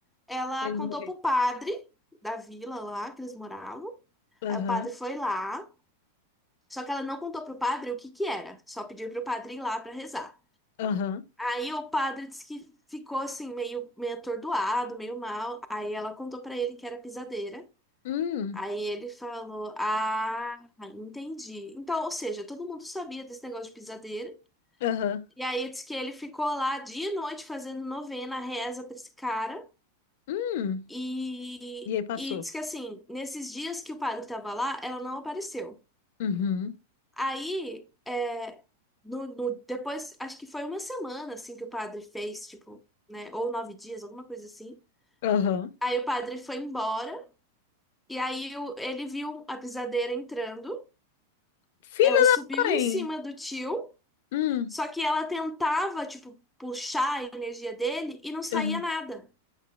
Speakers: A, in the centre; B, on the left.
A: Ela
B: pra ele
A: contou
B: não morrer?
A: pro padre da vila lá que eles moravam. Aí
B: Aham,
A: o padre foi lá, só que ela não contou pro padre o que que era, só pediu pro padre ir lá pra rezar.
B: aham.
A: Aí o padre disse que ficou assim meio meio atordoado, meio mal. Aí ela contou pra ele que era pisadeira.
B: Hum,
A: Aí ele falou: "Ah, entendi". Então, ou seja, todo mundo sabia desse negócio de pisadeira.
B: aham.
A: E aí diz que ele ficou lá dia e noite fazendo novena, reza pra esse cara.
B: Hum.
A: E,
B: E aí passou.
A: e diz que assim, nesses dias que o padre estava lá, ela não apareceu.
B: Uhum,
A: Aí, é, no, no- depois, acho que foi uma semana assim que o padre fez, tipo, né? Ou nove dias, alguma coisa assim.
B: aham.
A: Aí o padre foi embora, e aí o- ele viu a pisadeira entrando.
B: Filha
A: Ela subiu
B: da mãe!
A: em cima do tio,
B: Hum,
A: só que ela tentava, tipo, puxar a energia dele e não saía
B: aham.
A: nada.